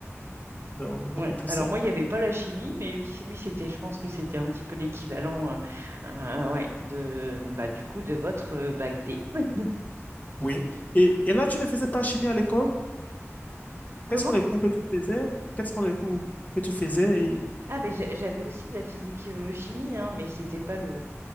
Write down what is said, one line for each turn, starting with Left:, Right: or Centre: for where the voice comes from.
Left: Donc,
Right: Ouais.
Left: beaucoup plus
Right: Alors
Left: ça.
Right: moi, il n'y avait pas la chimie, mais oui, c- oui, c'était, je pense que c'était un petit peu l'équivalent euh, euh, ouais, de bah du coup de votre euh, bac D. <laughs>
Left: Oui. Et, et là, tu ne faisais pas chimie à l'école?
Right: Comment?
Left: Quels sont les cours que tu faisais? Quels sont les cours que tu faisais? Et,
Right: Ah ben j'ai- j'avais aussi de la physique euh, chimie, hein, mais c'était pas le